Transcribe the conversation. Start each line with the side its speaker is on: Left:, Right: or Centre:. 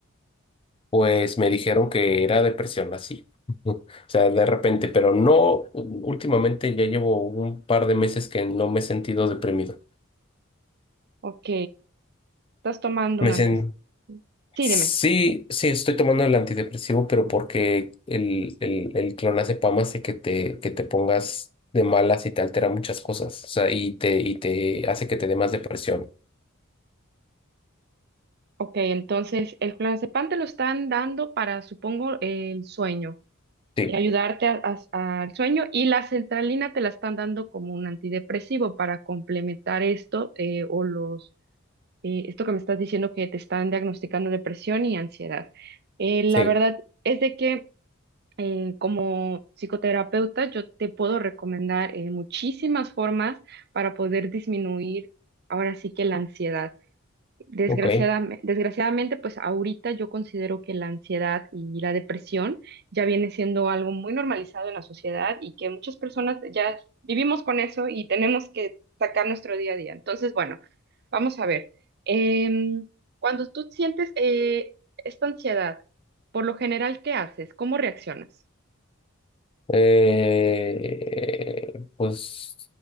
Left: Pues me dijeron que era depresión así. <laughs> O sea, de repente, pero no, últimamente ya llevo un par de meses que no me he sentido deprimido.
Right: Ok, estás tomando
Left: Me
Right: un
Left: dicen,
Right: antes. Sí,
Left: sí,
Right: dime.
Left: sí, estoy tomando el antidepresivo, pero porque el, el, el clonazepam hace que te, que te pongas de malas y te altera muchas cosas. O sea, y te, y te hace que te dé más depresión.
Right: Ok, entonces el clonazepam te lo están dando para, supongo, el sueño,
Left: Sí,
Right: y ayudarte a- a- al sueño, y la centralina te la están dando como un antidepresivo para complementar esto eh, o los eh, esto que me estás diciendo que te están diagnosticando depresión y ansiedad. Eh, la
Left: sí,
Right: verdad es de que eh, como psicoterapeuta yo te puedo recomendar eh, muchísimas formas para poder disminuir ahora sí que la ansiedad. Desgraciadamente,
Left: ok.
Right: desgraciadamente, pues ahorita yo considero que la ansiedad y la depresión ya viene siendo algo muy normalizado en la sociedad y que muchas personas ya vivimos con eso y tenemos que sacar nuestro día a día. Entonces, bueno, vamos a ver. Em, cuando tú sientes eh, esta ansiedad, por lo general, ¿qué haces? ¿Cómo reaccionas?
Left: Eh, pues